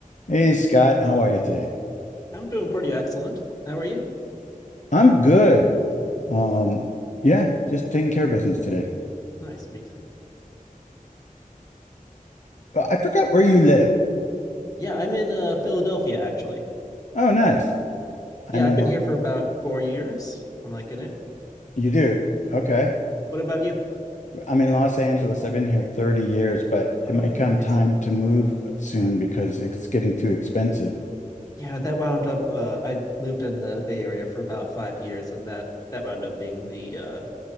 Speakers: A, on the left; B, on the left.
A: Hey Scott, how are you today?
B: I'm doing pretty excellent. How are you?
A: I'm good. Um, yeah, just taking care of business today.
B: Nice, me too.
A: Uh, I forgot where you live.
B: Yeah, I'm in uh, Philadelphia actually.
A: Oh, nice. I'm
B: Yeah,
A: in
B: I've been
A: Lo
B: here for about four years. I'm liking it.
A: you do. Okay.
B: What about you?
A: I'm in Los Angeles. I've been here 30 years, but it
B: Oh,
A: may come
B: nice.
A: time to move uh, soon because it's getting too expensive.
B: Yeah, that wound up. Uh, I lived in the Bay Area for about five years, and that that wound up being the uh,